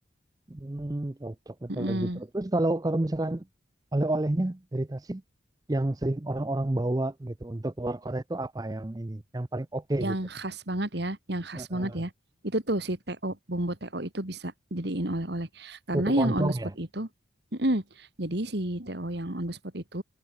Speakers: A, on the right (about 20°); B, on the right (about 55°).
A: Hmm, cocok deh
B: Mm-mm.
A: kalau gitu. Terus kalau kalau misalkan oleh-olehnya dari Tasik yang sering orang-orang bawa gitu untuk keluar kota itu apa yang ini yang paling oke
B: yang
A: gitu?
B: khas banget ya, yang khas
A: Heeh.
B: banget ya. Itu tuh si TO, bumbu TO itu bisa jadiin oleh-oleh. Karena
A: Tutuk
B: yang
A: oncom
B: on the spot
A: ya.
B: itu, mm-mm. Jadi si TO yang on the spot itu,